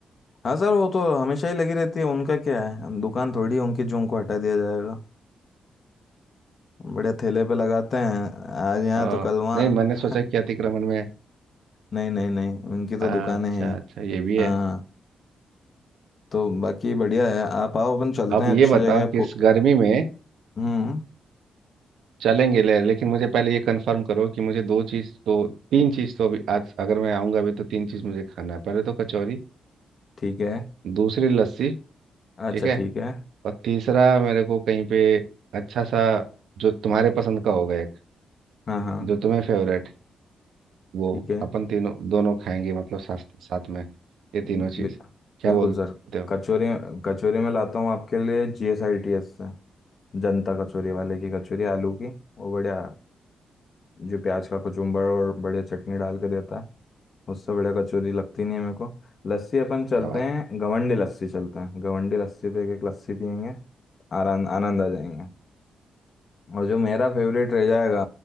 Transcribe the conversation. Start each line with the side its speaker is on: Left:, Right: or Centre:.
Left: हाँ सर वो तो हमेशा ही लगी रहती है उनका क्या है दुकान थोड़ी है उनकी जो उनको हटा दिया जाएगा बड़े ठेले पे लगाते हैं आज यहाँ
Right: आ,
Left: तो कल वहाँ
Right: नहीं मैंने सोचा कि अतिक्रमण
Left: <laughs>
Right: में
Left: नहीं नहीं नहीं उनकी तो
Right: अच्छा
Left: दुकानें हैं ही।
Right: अच्छा ये भी है
Left: हाँ तो बाकी बढ़िया है आप आओ अपन चलते
Right: अब
Left: हैं
Right: ये
Left: अच्छी
Right: बताओ
Left: जगह
Right: कि
Left: पु-
Right: इस गर्मी में
Left: हम्म
Right: चलेंगे ले लेकिन मुझे पहले ये कंफर्म करो कि मुझे दो चीज़ तो तीन चीज़ तो अभी आज अगर मैं आऊँगा अभी तो तीन चीज़ मुझे खाना है पहले तो कचौरी
Left: ठीक है
Right: दूसरी लस्सी
Left: अच्छा
Right: ठीक है
Left: ठीक है
Right: और तीसरा मेरे को कहीं पे अच्छा सा जो तुम्हारे पसंद का होगा एक
Left: हाँ हाँ
Right: जो तुम्हें फेवरेट वो
Left: ठीक है
Right: अपन तीनों दोनों खाएंगे मतलब साथ साथ में ये तीनों
Left: बिल,
Right: चीज़ क्या
Left: बिल्कुल
Right: बोलते
Left: सर
Right: हो
Left: कचौरी कचौरी में लाता हूँ आपके लिए जीएसआईटीएस से जनता कचौरी वाले की कचौरी आलू की वो बढ़िया जो प्याज का कचुम्बर और बढ़िया चटनी डाल के देता है उससे बढ़िया कचौरी लगती नहीं है मेरे को लस्सी अपन चलते
Right: क्या बात
Left: हैं गवंडी लस्सी चलते हैं गवंडी लस्सी पे एक एक लस्सी पियेंगे आराम आनंद आ जाएंगे और जो मेरा फेवरेट रह जाएगा